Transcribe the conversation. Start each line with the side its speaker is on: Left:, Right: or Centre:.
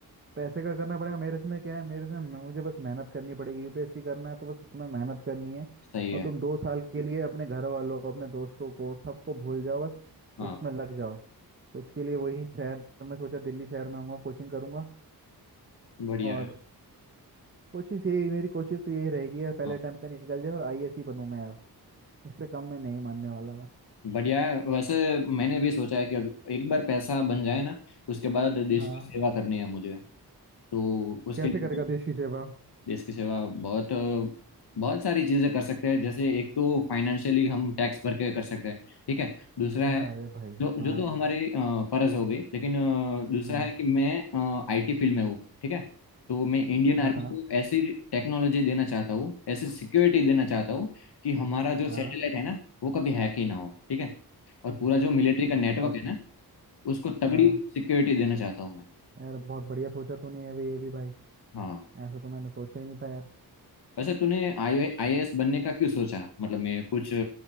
Right: पैसे का करना पड़ेगा मेरे इसमें क्या है मेरे इसमें मैं- मुझे बस मेहनत करनी पड़ेगी यूपीएससी करना है तो बस तुम्हें मेहनत करनी है
Left: सही
Right: और
Left: है
Right: तुम दो साल के लिए अपने घर वालों अपने दोस्तों को सबको भूल जाओ बस
Left: हाँ
Right: इसमें लग जाओ तो उसके लिए वही शहर मैं सोचा दिल्ली शहर में आऊँगा कोचिंग करूँगा
Left: बढ़िया
Right: और
Left: है
Right: कोशिश यही मेरी कोशिश तो यही रहेगी यार पहले
Left: हाँ
Right: अटेम्प्ट पे निकल जाए और आईएएस ही बनूँ मैं यार इससे कम मैं नहीं मानने वाला मैं
Left: बढ़िया है वैसे मैंने भी सोचा है कि अब एक बार पैसा बन जाए ना उसके बाद देश
Right: हाँ
Left: की सेवा करनी है मुझे तो उसके
Right: कैसे
Left: लिए
Right: करेगा देश की सेवा
Left: देश की सेवा बहुत बहुत सारी चीजें कर सकते हैं जैसे एक तो फाइनेंशियली हम टैक्स भर के कर सकते हैं ठीक है दूसरा है
Right: हाँ अरे भाई
Left: जो
Right: हाँ
Left: जो तो हमारे अ, फर्ज हो गई लेकिन अ, दूसरा
Right: हाँ
Left: है कि मैं आईटी फील्ड में हूँ ठीक है तो मैं इंडियन
Right: हाँ
Left: आर्मी
Right: हाँ
Left: को ऐसी टेक्नोलॉजी देना चाहता हूँ ऐसी सिक्योरिटी देना चाहता हूँ कि हमारा जो
Right: हाँ
Left: सैटेलाइट है ना वो कभी हैक ही ना हो ठीक है और पूरा जो मिलिट्री का
Right: बहुत
Left: नेटवर्क है ना उसको तगड़ी
Right: हाँ
Left: सिक्योरिटी देना चाहता हूँ मैं
Right: यार बहुत बढ़िया सोचा तूने ये भी ये भी भाई
Left: हाँ
Right: ऐसा तो मैंने सोचा ही नहीं था यार
Left: वैसे तूने आई आईएएस बनने का क्यों सोचा मतलब मैं कुछ अ,